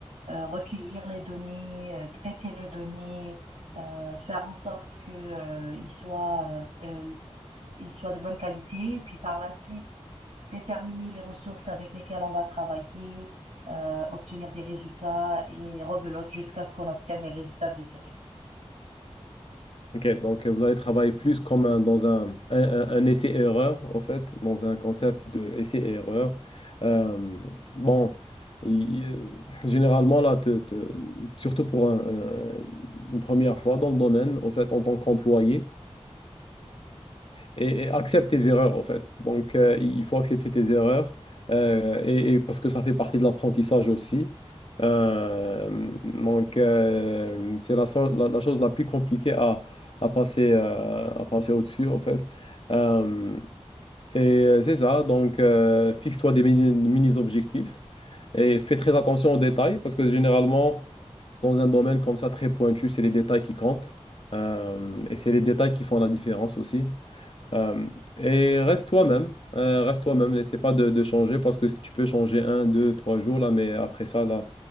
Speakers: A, on the right (about 85°); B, on the left (about 55°).
A: euh, recueillir les données, euh, traiter les données, euh, faire en sorte que euh, ils soient euh, euh, ils soient de bonne qualité, et puis par la suite déterminer les ressources avec lesquelles on va travailler, euh, obtenir des résultats et rebelote jusqu'à ce qu'on obtienne les résultats désirés.
B: Ok, donc euh, vous allez travailler plus comme un- dans un, un, un- un essai-erreur, en fait, dans un concept de essai-erreur. Euh, bon, il- euh, généralement, là, te- te- surtout pour un- un- une première fois dans le domaine, en fait, en tant qu'employé, et, et accepte tes erreurs en fait. Donc euh, il faut accepter tes erreurs euh, et, et parce que ça fait partie de l'apprentissage aussi. Euh, donc euh, c'est la, so- la, la chose la plus compliquée à, à passer, euh, à passer au-dessus en fait. Euh, et euh, c'est ça, donc euh, fixe-toi des mini- mini-objectifs et fais très attention aux détails parce que généralement dans un domaine comme ça très pointu, c'est les détails qui comptent. Euh, et c'est les détails qui font la différence aussi. Euh, et reste toi-même, euh, reste toi-même, n'essaie pas de, de changer parce que si tu peux changer un, deux, trois jours là, mais après ça là,